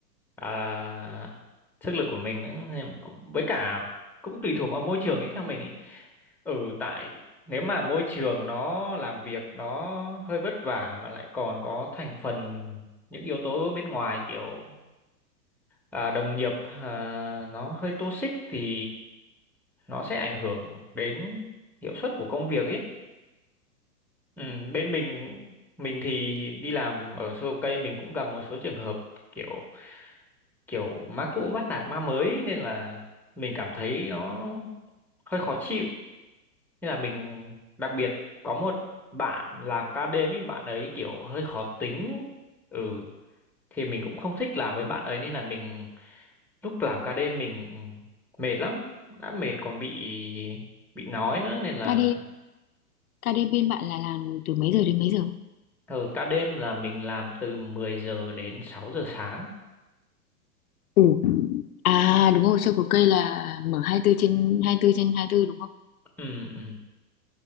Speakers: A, in the centre; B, on the left (about 60°).
A: à, sức lực của mình nữa Thêm- với cả cũng tùy thuộc vào môi trường ấy theo mình ấy ừ tại nếu mà môi trường nó làm việc nó hơi vất vả mà lại còn có thành phần những yếu tố bên ngoài kiểu à, đồng nghiệp à, nó hơi toxic thì nó sẽ ảnh hưởng đến hiệu suất của công việc ấy Ừ, bên mình mình thì đi làm ở Sô Cây mình cũng gặp một số trường hợp kiểu kiểu má cũ bắt nạt má mới ấy, nên là mình cảm thấy nó hơi khó chịu nên là mình đặc biệt có một bạn làm ca đêm ấy bạn ấy kiểu hơi khó tính ừ thì mình cũng không thích làm với bạn ấy nên là mình lúc làm ca đêm mình mệt lắm đã mệt còn bị bị nói nữa nên là
B: ca KD bên bạn là làm từ mấy giờ đến mấy giờ?
A: Ở ca đêm là mình làm từ 10 giờ đến 6 giờ sáng.
B: ủ À đúng rồi, sơ của cây là mở 24 trên 24 trên hai mươi tư đúng không?
A: Ừ, ừ,